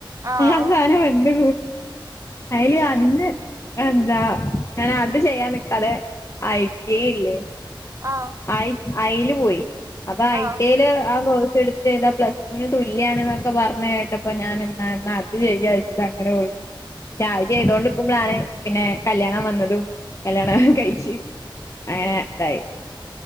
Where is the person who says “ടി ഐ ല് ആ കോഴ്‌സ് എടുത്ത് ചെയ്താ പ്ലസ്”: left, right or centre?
Left